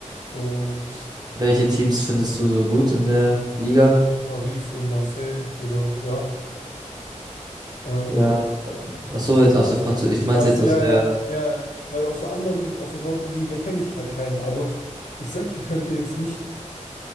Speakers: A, on the left (about 75°); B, on the right (about 30°).
A: und
B: Welche Teams findest du so gut in der Liga?
A: Paris und Marseille oder ja. Ähm,
B: Ja. Ach so, jetzt aus der Französischen, ich meinte
A: Ja, so,
B: jetzt aus
A: ja,
B: der
A: ja, ja, ja. Weil aus der anderen, aus der Saudi-Liga kenne ich halt keine, aber ich sag, die könnte jetzt nicht,